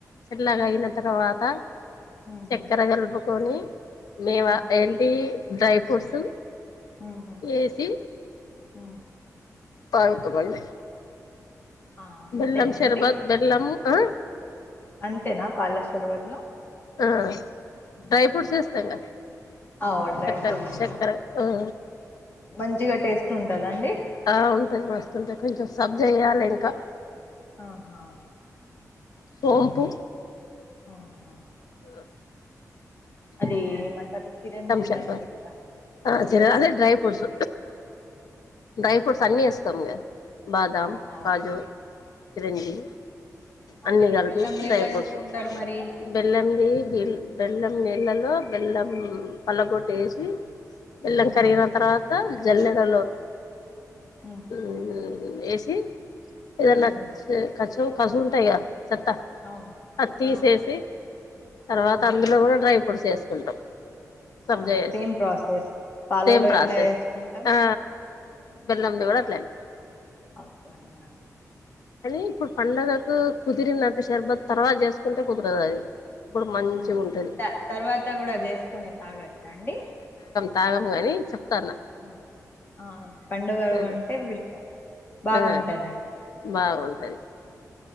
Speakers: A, on the left; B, on the left.
A: చల్లగా అయిన తర్వాత
B: ఉహు
A: చక్కెర కలుపుకొని మేము
B: ఉ
A: ఏంటి డ్రై ఫ్రూట్స్
B: ఉహు
A: ఏసి
B: ఉ
A: తగ్గుతమండి
B: ఆ
A: బెల్లం
B: అంతేనా
A: సర్భత్
B: అండి
A: బెల్లం ఆ
B: అంతేనా పాల షర్బత్ లో
A: ఆ డ్రై
B: ఉహు
A: ఫ్రూట్స్ వేస్తంగా
B: ఆ డ్రై
A: చక్కర
B: ఫ్రూట్స్
A: చక్కర యూ
B: మంచిగా టేస్ట్ ఉంటదండి
A: ఆ ఉంటది మస్తుంటాది కొంచెం సబజ్జా చేయాలి ఇంకా
B: ఆహా
A: సోపు
B: ఆహా
A: ఆ
B: అది ఏమంటారు చిరంజీవి
A: షర్బత్
B: అంటారు కదా
A: ఆ
B: అది
A: చీర్
B: వేస్తారా
A: అదే డ్రై ఫ్రూట్స్ డ్రై ఫ్రూట్స్ అన్ని వేస్తాం కదా బాదం
B: ఓహో
A: కాజు చిరంజీవి అన్ని
B: ఇది
A: కలిపి
B: బెల్లంది
A: డ్రై
B: ఎట్లా
A: ఫ్రూట్స్
B: చేసుకుంటారు మరి
A: బ అది బెల్లం నీళ్ళలో బెల్లం పలగొట్టి వేసి బెల్లం
B: ఉ
A: కరిగిన తర్వాత జల్లెడలో
B: ఉహు
A: హూ హూ ఏసి ఏదనా
B: ఉహు
A: కసుం కసు ఉంటాయి కదా చెత్త
B: అవును
A: అది తీసేసి
B: ఆ
A: తర్వాత
B: ఉహు
A: అందులో కూడా డ్రై ఫ్రూట్స్ వేసుకుంటాం సబ్జేసి
B: ఆ సేమ్ ప్రాసెస్ పాలలో
A: సేమ్ ప్రాసెస్
B: ఎట్లా వేసుకుంటాం
A: ఆ బెల్లంది కూడా అట్లానే
B: అంతేనండి
A: కానీ ఇప్పుడు పండగకు కుదిరినట్టు సర్బత్ తర్వాత చేసుకుంటే కుదరదు అది ఇప్పుడు మంచిగా
B: అవునండి
A: ఉంటది
B: తర్వాత కూడా చేసుకుని తాగచ్చా అండి
A: తాగముగాని చెప్తున్నా
B: ఆ ఆ పండుగారు
A: ఆ
B: అంటే విలువ బాగా
A: ఆ
B: ఉంటుందండి
A: బాగుంటది